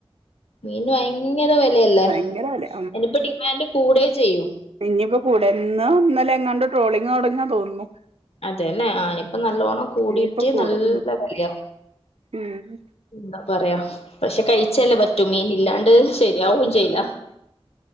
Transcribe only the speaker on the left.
മീന്ന് ഭയ ങ്ങര വെലയല്ലേ
എനിപ്പടി അയ്ന്റെ കൂടെ ചെയ്യൂ.
അതെന്നെ ആ നിപ്പം നല്ലോണം കൂടിട്ട്
നല്ല വെലയാവും.
എന്താ പറയാ പക്ഷെ കഴിച്ചല്ലേ പറ്റു മീനില്ലാണ്ട് ശരിയാവും ചെയ്യില.